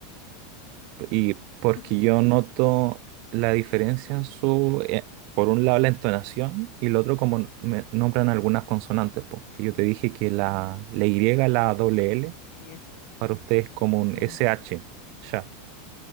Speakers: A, on the right; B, on the left.
A: Y porque
B: <laughs>
A: yo noto la diferencia en su, eh, por un lado la entonación y el otro como me nombran algunas consonantes, po, que yo te dije que la, la Y, la doble L,
B: Griega.
A: para ustedes es como
B: Ujú.
A: un SH, ya.